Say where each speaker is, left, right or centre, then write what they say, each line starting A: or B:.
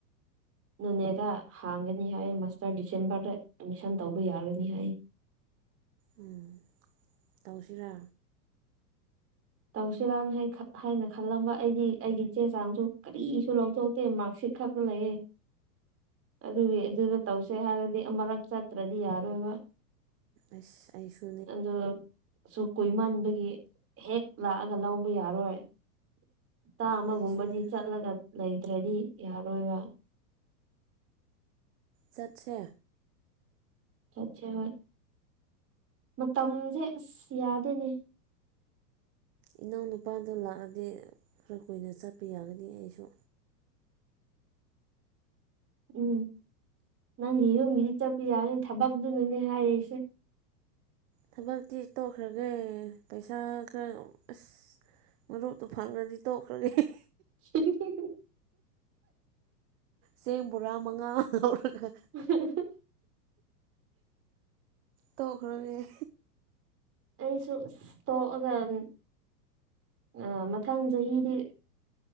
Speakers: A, on the right; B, on the right.
A: ꯃꯦꯅꯦꯗ ꯍꯥꯡꯒꯅꯤ ꯍꯥꯏꯌꯦ ꯃꯥꯁꯇꯔ ꯗꯤꯁꯦꯝꯕꯔꯗ ꯑꯦꯠꯃꯤꯁꯟ ꯇꯧꯕ ꯌꯥꯒꯅꯤ ꯍꯥꯏꯌꯦ
B: ꯎꯝ ꯇꯧꯁꯤꯔꯥ
A: ꯇꯧꯁꯤꯔꯥ ꯍꯥꯏ ꯍꯥꯏꯅ ꯈꯜꯂꯝꯕ ꯑꯩꯗꯤ ꯑꯩꯒꯤ ꯆꯦ ꯆꯥꯡꯁꯨ ꯀꯔꯤꯁꯨ ꯂꯧꯊꯣꯛ ꯇꯦꯟ ꯃꯥ꯭ꯛꯁꯤꯠ ꯈꯛꯇ ꯂꯩꯌꯦ ꯑꯗꯨꯒꯤ ꯑꯗꯨꯗ ꯇꯧꯁꯦ ꯍꯥꯏꯔꯗꯤ ꯑꯃꯔꯛ ꯆꯠꯇ꯭ꯔꯗꯤ ꯌꯥꯔꯣꯏꯕ
B: ꯑꯁ ꯑꯩꯁꯨ
A: ꯑꯗꯨ ꯁꯨ ꯀꯨꯏꯃꯟꯕꯒꯤ ꯍꯦꯛ ꯂꯥꯛꯑꯒ ꯂꯧꯕ ꯌꯥꯔꯣꯏ ꯍꯞꯇꯥ ꯑꯃꯒꯨꯝꯕꯗꯤ
B: ꯑꯩꯁꯨꯅꯦ
A: ꯆꯠꯂꯒ ꯂꯩꯗ꯭ꯔꯗꯤ ꯌꯥꯔꯣꯏꯕ
B: ꯆꯠꯁꯦ
A: ꯆꯠꯁꯦ ꯍꯣꯏ ꯃꯇꯝꯁꯦ ꯑꯁ ꯌꯥꯗꯦꯅꯦ
B: ꯏꯅꯥꯎꯅꯨꯄꯥꯗꯨ ꯂꯥꯛꯑꯗꯤ ꯈꯔ ꯀꯨꯏꯅ ꯆꯠꯄ ꯌꯥꯒꯅꯤ ꯑꯩꯁꯨ
A: ꯎꯝ ꯅꯪꯒꯤ ꯌꯨꯝꯒꯤꯗꯤ ꯆꯠꯄ ꯌꯥꯅꯤ ꯊꯕꯛꯇꯨꯅꯤꯅꯦ ꯍꯥꯏꯔꯤꯁꯦ
B: ꯊꯕꯛꯇꯤ ꯇꯣꯛꯈ꯭ꯔꯒꯦ ꯄꯩꯁꯥ ꯈꯔ ꯑꯁ ꯃꯔꯨꯞꯇꯨ ꯐꯪꯔꯗꯤ ꯇꯣꯛꯈ꯭ꯔꯒꯦ
A: ꯍꯨꯝ ꯍꯨꯝ
B: ꯆꯦꯡ ꯕꯣꯔꯥ ꯃꯪꯉꯥ ꯂꯧꯔꯒ
A: ꯍꯝ ꯍꯝ <unintelligible>
B: ꯇꯣꯛꯈꯔꯒꯦ
A: ꯑꯩꯁꯨ ꯑꯁ ꯊꫭꯛꯑꯗꯝꯅꯦ ꯑ ꯃꯊꯪ ꯆꯍꯤꯗꯤ